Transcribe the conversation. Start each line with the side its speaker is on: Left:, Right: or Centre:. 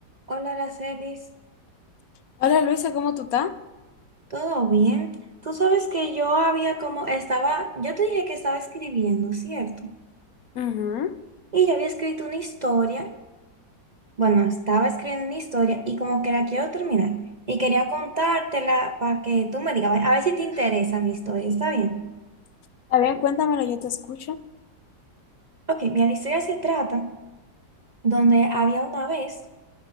Right: Hola, Aracelis,
Left: Hola Luisa, ¿cómo tú estás?
Right: ¿todo bien? Tú sabes que yo había como estaba, yo te dije que estaba escribiendo, ¿cierto?
Left: Ujú.
Right: Y yo había escrito una historia, bueno, estaba escribiendo una historia y como que la quiero terminar. Y quería contártela para que tú me digas, a ver si te interesa mi historia, ¿está bien?
Left: Está bien, cuéntamelo, yo te escucho.
Right: Ok, mira, la historia se trata donde había una vez